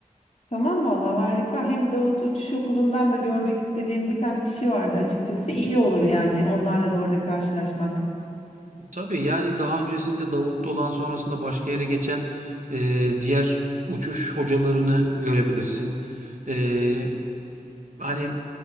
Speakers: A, on the left; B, on the right.
A: Tamam valla harika. Hem Davut Uçuş Okulu'ndan da görmek istediğim birkaç kişi vardı açıkçası. İyi olur yani onlarla da orada karşılaşmak.
B: Tabii, yani, daha öncesinde Davut'ta olan sonrasında başka yere geçen, eee, diğer uçuş hocalarını görebilirsin. Eee hani